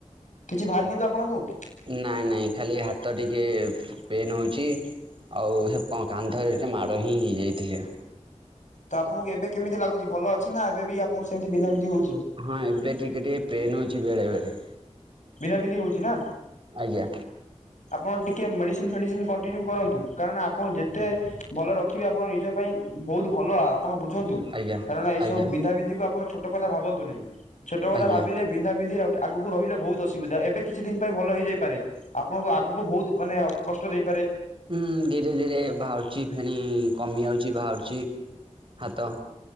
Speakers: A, on the left; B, on the right.
A: କିଛି ବାହାରନି ତୁ ଆପଣଙ୍କୁ କଉ କି
B: ନାଇଁ ନାଇଁ ଖାଲି ହାତ ଟିକେ ପେନ୍ ହେଉଛି ଆଉ ସେ କାନ୍ଧରେ ଟିକେ ମାଡ଼ ହିଁ ହେଇଯାଇଥିଲେ
A: ତ ଆପଣଙ୍କୁ ଏବେ କେମିତି ଲାଗୁଛି ଭଲ ଅଛି ନା ଏବେ ବି ଆପଣଙ୍କୁ ସେମିତି ବିନ୍ଧାିଧ ହଉଛି
B: ହଁ ଏବେ ଟିକେ ଟିକେ ପେନ୍ ଅଛି ଚି ବେଳେବେେଳେ
A: ବିଧା ବିିନ୍ଧି ହେଉଛି ନା
B: ଆଜ୍ଞା
A: ଆପଣ ଟିକେ ମେଡିସିନ ଫେଡିସିନ କଣ୍ଟିନ୍ୟୁ କରନ୍ତୁ କାରଣ ଆପଣ ଯେତେ ଭଲ ରଖିବେ ଆପଣ ନିଜ ପାଇଁ ବହୁତ ଭଲ ଆପଣ ବୁଝନ୍ତୁ
B: ଆଜ୍ଞା
A: କାରଣ ଏଇ
B: ଆଜ୍ଞା
A: ସବୁ ବିନ୍ଧା ବିନ୍ଧି କ ଆପଣ ଛୋଟ କଥା ଭାବନ୍ତୁ ନାହିଁ ଛୋଟଥା
B: ଆଜ୍ଞା
A: ଭିଲେ ବିନ୍ଧା ବିନ୍ଧି ର ଆଗକୁ ରହିଲେ ବହୁତ ଅସୁବିଧା ଏବେ କିଛି ଦିନ ପାଇଁ ଭଲ ହେଇଯାଇପାରେ ଆପଣଙ୍କ ଆଗକୁ ବହୁତ ମାନେ କଷ୍ଟ ଦେଇ
B: ହୁଁ ଧୀରେ ଧୀରେ ବାହାରୁଛି ଫିଣି କମିଯାଉଛି ବାହାରୁଛି ହାତ